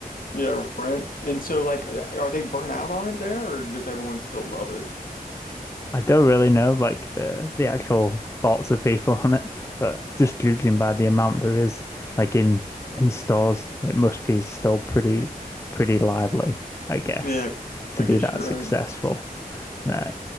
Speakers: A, on the left; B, on the left.
A: Yeah, right. And so, like, uh, are they burnt out on it there, or does everyone still love it?
B: I don't really know like the the actual thoughts of people on it, but just judging by the amount there is like in in stores, it must be still pretty pretty lively, I guess,
A: Yeah,
B: to
A: I
B: be
A: guess
B: that
A: you're
B: successful. Nah,